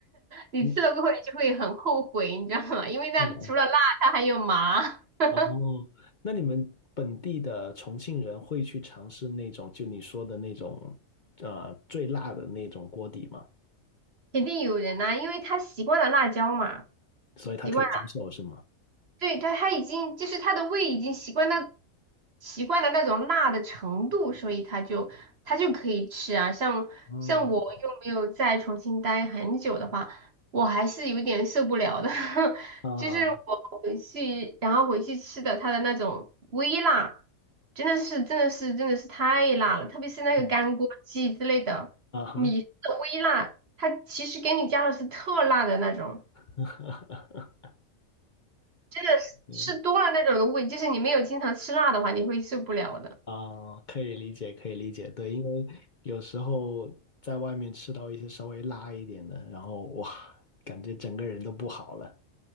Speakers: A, on the right; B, on the left.
A: 你
B: 嗯
A: <laughs> 你吃了过后你就会很后悔，你知道吗？因为那除了辣，
B: 嗯
A: 它还有麻，<laughs>
B: 哦，那你们本地的重庆人会去尝试那种就你说的那种呃最辣的那种锅底吗？
A: 肯定有人呐、因为他习惯了辣椒嘛。
B: 所以他可以接受是吗？
A: 习惯。了。对，他他已经就是他的胃已经习惯那习惯了那种辣的程度，所以他就他就可以吃啊。像像我又没有在重庆待很久的话，
B: 嗯
A: 我还是有点受不了的。<laughs>
B: 啊
A: 就是我回去，然后回去吃的它的那种微辣，真的是真的是真的是太辣了，特别是那个干锅鸡之类的，
B: 嗯啊哈，
A: 你的微辣，它其实给你加的是特辣的那种。
B: <laughs>
A: 真的是吃多了那种的胃，
B: 嗯
A: 就是你没有经常吃辣的话，你会受不了的。
B: 啊，可以理解，可以理解，对，因为有时候在外面吃到一些稍微辣一点的，然后哇，感觉整个人都不好了。